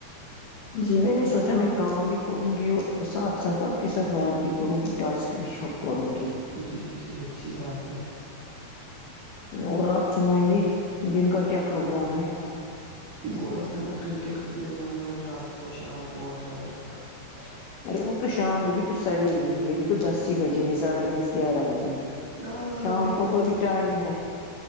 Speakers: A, on the left (about 75°); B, on the right (about 45°).
A: جی میں نے سوچا میں کام بھی کروں گی اور ساتھ ساتھ آپ کے ساتھ بات بھی کروں گی ٹاسک بھی ہو کرورنگی
B: جی جی اچھی بات ہے
A: اور آپ سنائیے دن کا کیا پروگرام ہے
B: بولا تھا نا کرکٹ کھیلنے جاؤں گا رات کو شام کو وٹاور
A: اچ ارے وہ تو شام ابھی تو سویر ہی ہے ابھی تو دس ہی بجے ہیں ساڑھے دس گیارہ بجے
B: ابھی
A: شام کو
B: گھر
A: تو بھی ٹائم ہے